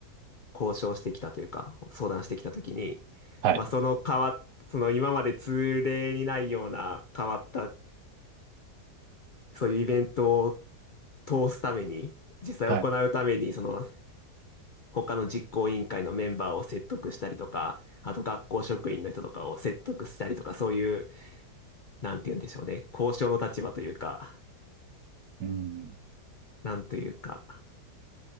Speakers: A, on the left; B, on the right.
A: 交渉してきたというか、相談してきたときに、
B: はい。
A: まあ、その変わっ、その今まで通例にないような変わった、そういうイベントを通すために、実際行うために、
B: はい。
A: その他の実行委員会のメンバーを説得したりとか、あと学校職員の人とかを説得したりとか、そういうなんて言うんでしょうね、交渉の立場というか、
B: うん。
A: なんというか、